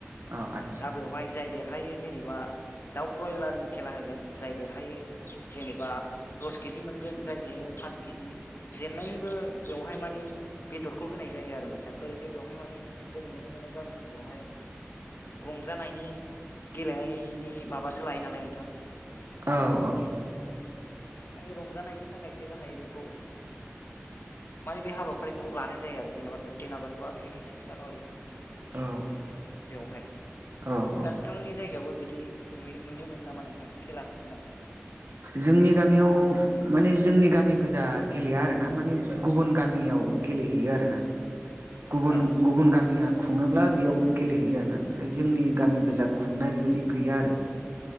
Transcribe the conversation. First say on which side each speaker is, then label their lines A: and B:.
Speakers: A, on the right; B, on the left.
A: औ आदसा
B: दा बेवहाय जाय देरहायो जेनेबा दाउ ब्रयलारनि खेला होगोन जाय देरहायो जेनेबा दस केजि मोनगोन जाय जेनो पास केजि जेननायनिबो बेवहाय माने बेदरखौ होनाय जायो आरो नोंथां ओरैनो बेयावहाय बेवहाय मानि जों नुनो गामि ओनसोलावहाय रं जानायनि गेलेनायनि माबासो लायो नालाय नोंथां
A: औ औ
B: बे रंजानायनि थाखायसो गाहायै बेखौ माने बे हाबाफारिखौ लानाय जायो आरो जेनेबा फिफ्टिन आगष्ट बा टुइन्टि सिक्स जानुवारि
A: औ
B: बेवहाय
A: औ
B: दा
A: औ
B: नोंथांमोननि जायगायावबो बिदि नुयो नुनो मोनो नामा नों ओं खेला होनाय
A: जोंनि गामियाव माने जोंनि गामि गोजा गेलेया आरोना माने गुबुन गामियाव गेलेहैयो आरो ना गुबुन
B: औ
A: गुबुन गामिया खुङोब्ला बेयाव गेलेहैयो आरो ना जोंनि गामि गोजा खुंनाय बेबायदि गैया आरो मस्ला <inaudible>